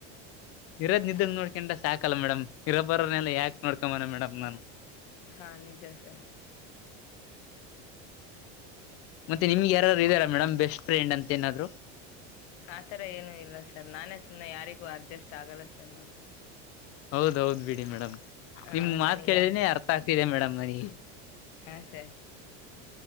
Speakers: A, on the left; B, on the left.
A: ಇರೋ ನಿದ್ದಂ ನೋಡ್ಕೊಂಡ ಸಾಕಲ್ಲ ಮೇಡಮ್ ಇರೋ ಬರೋರ್ನೆಲ್ಲ ಯಾಕೆ ನೋಡ್ಕೊನ ಮೇಡಮ್ ನಾನು.
B: ಹಾ ನೀಜ ಸರ್
A: ಮತ್ತೆ ನಿಮ್ಗೆ ಯಾರಾರು ಇದಾರ? Madam best. ಫ್ರೆಂಡ್ ಅಂತ ಏನಾದ್ರು
B: ಆತರ ಏನು ಇಲ್ಲ ಸರ್ ನಾನೇ. ಸುಮ್ನೆ ಯಾರಿಗೂ ಅಡ್ಜಸ್ಟ್ ಆಗಲ್ಲ ಸರ್ ನಾನು.
A: ಹೌದೌದ್ ಬಿಡಿ ಮೇಡಮ್.
B: ಆ
A: ನಿಮ್ ಮಾತ್
B: ನನಗೆ
A: ಕೇಳಿದಿನಿ ಅರ್ಥ ಆಗ್ತ. ತಿದೆ ಮೇಡಮ್ ನನಗೆ.
B: ಹಾ ಸ